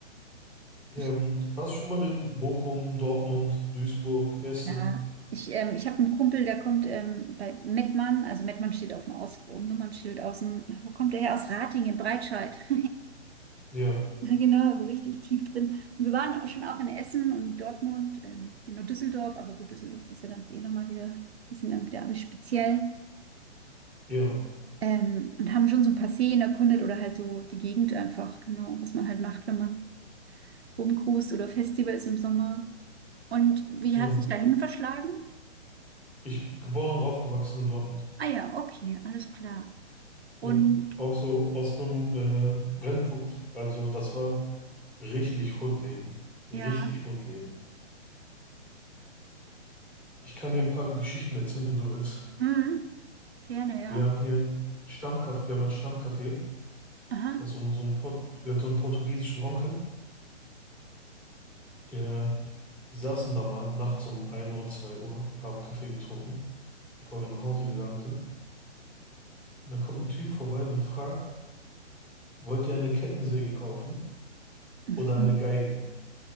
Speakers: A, in the centre; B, on the right.
A: Ähm,
B: Ich,
A: du warst schon mal in Bochum, Dortmund, Duisburg, Essen.
B: klar. Ich, ähm, ich habe einen Kumpel, der kommt ähm, bei Mettmann, also Mettmann steht auf dem Aus Nummernschild aus dem, ach, wo kommt der her? Aus Ratingen in Breitscheid. <laughs>
A: Ja,
B: Ja, Genau, so richtig tief drin. Und wir waren auch schon auch in Essen und Dortmund, ähm, genau Düsseldorf, aber gut, Düsseldorf ist ja dann eh nochmal wieder, die sind dann wieder alles speziell.
A: ja,
B: Ähm, und haben schon so ein paar Seen erkundet oder halt so die Gegend einfach, genau, was man halt macht, wenn man rumcruist oder Festivals im Sommer. Und wie
A: ja.
B: hat sich dahin verschlagen?
A: Ich geboren und aufgewachsen in Dortmund.
B: Ah ja, okay, alles klar. Und
A: Ja. Auch so aus einem äh, Brennpunkt. Also das war richtig Hood-Leben. Richtig
B: ja,
A: Hood-Leben. Ich kann dir ein paar Geschichten erzählen, wenn du willst.
B: mhm, gerne, ja.
A: Wir haben hier einen Stammcafé, wir haben ein Stammcafé.
B: Aha.
A: Das ist so ein, so ein, Port, gehört so einem portugiesischen Onkel. Ja, die saßen da mal nachts um ein Uhr, 2 Uhr, haben Kaffee getrunken, bevor wir nach Hause gegangen sind. Und da kommt ein Typ vorbei und fragt, wollt ihr eine Kettensäge kaufen
B: <laughs>
A: oder eine
B: Mhm.
A: Geige?